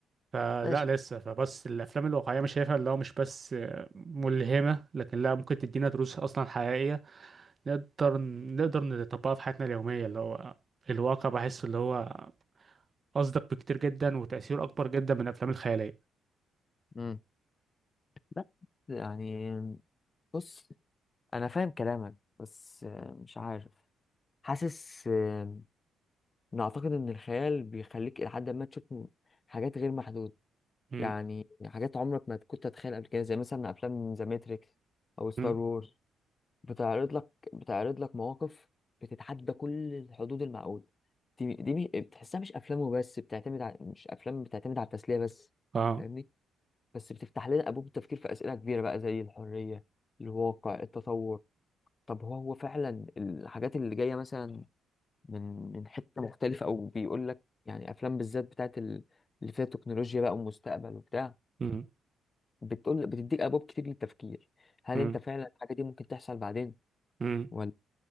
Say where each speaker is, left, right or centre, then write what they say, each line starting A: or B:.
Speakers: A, on the right; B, on the left.
A: فلا
B: ماشي
A: لسه فبس الافلام الواقعيه مش شايفها اللي هو مش بس ملهمه لكن لا ممكن تدينا دروس اصلا حقيقيه نقدر نقدر نطبقها في حياتنا اليوميه اللي هو الواقع بحس اللي هو اصدق بكتير جدا وتاثيره اكبر جدا من الافلام الخياليه
B: مم. لا يعني بص أنا فاهم كلامك بس آه، مش عارف حاسس آه، انا اعتقد ان الخيال بيخليك الى حد ما تشوف حاجات غير محدوده
A: مم.
B: يعني حاجات عمرك ما كنت تتخيل قبل كده زي مثلا افلام ذا ماتريكس او ستار
A: مم.
B: وورز بتعرض لك بتعرض لك مواقف بتتحدى كل الحدود المعقوله دي دي مش- بتحسها مش افلام وبس بتعتمد على مش افلام بتعتمد على التسليه بس
A: اه
B: فاهمني بس بتفتح لنا ابواب التفكير في اسئله كبيره بقى زي الحريه الواقع التطور طب هو هو فعلا الحاجات اللي جايه مثلا من من حتة مختلفة أو بيقول لك يعني أفلام بالذات بتاعت ال- اللي فيها تكنولوجيا بقى ومستقبل وبتاع
A: مم.
B: بتقول بتديك أبواب كتير للتفكير هل
A: مم.
B: أنت فعلا الحاجة دي ممكن تحصل بعدين
A: مم.
B: ولا